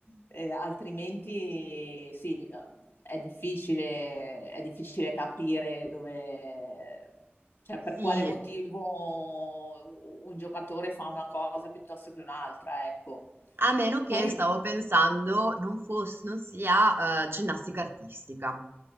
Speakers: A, on the left; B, on the right.
A: eh, altrimenti sì, di- eh, è difficile, è difficile capire dove, cioè per
B: Sì,
A: quale motivo un giocatore fa una cosa piuttosto che un'altra, ecco.
B: A meno che,
A: Poi,
B: stavo pensando, non fos non sia, uhm, ginnastica artistica.